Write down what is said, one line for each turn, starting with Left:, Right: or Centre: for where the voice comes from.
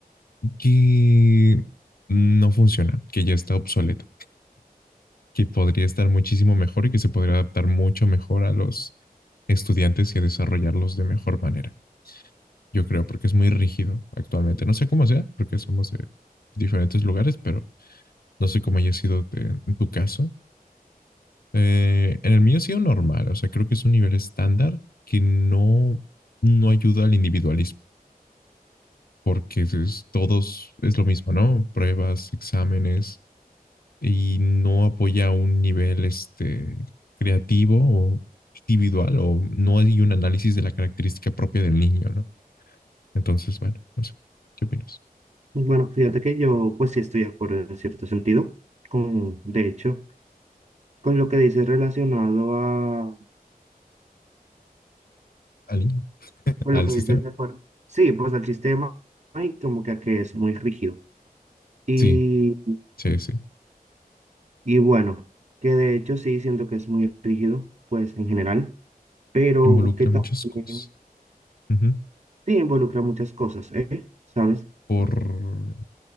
Left: que no funciona, que ya está obsoleto, que podría estar muchísimo mejor y que se podría adaptar mucho mejor a los estudiantes y desarrollarlos de mejor manera. Yo creo, porque es muy rígido actualmente. No sé cómo sea, porque somos de diferentes lugares, pero no sé cómo haya sido de- en tu caso Eh, en el mío ha sido normal, o sea, creo que es un nivel estándar que no, no ayuda al individualismo, porque es, todos es lo mismo, ¿no? Pruebas, exámenes, y no apoya un nivel este, creativo o individual, o no hay un análisis de la característica propia del niño, ¿no? Entonces, bueno, no sé, ¿qué opinas?
Right: Bueno, fíjate que yo, pues sí estoy de acuerdo en cierto sentido, con, de hecho, con lo que dices relacionado a
Left: ¿Al niño?
Right: Con
Left: ¿Al
Right: lo que
Left: sistema?
Right: dices de acuerdo. Sí, pues el sistema hay como que, que es muy rígido. Y,
Left: Sí, sí, sí.
Right: y bueno, que de hecho sí siento que es muy rígido, pues en general, pero
Left: Involucra
Right: que también
Left: muchas cosas. Ujú.
Right: sí involucra muchas cosas, ¿eh? ¿Sabes?
Left: Por